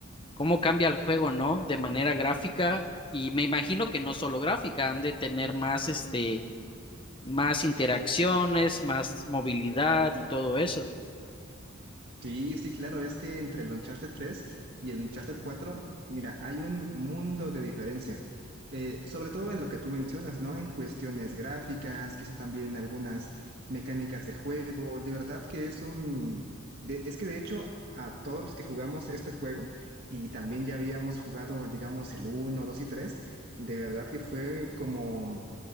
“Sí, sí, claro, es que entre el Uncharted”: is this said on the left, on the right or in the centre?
Right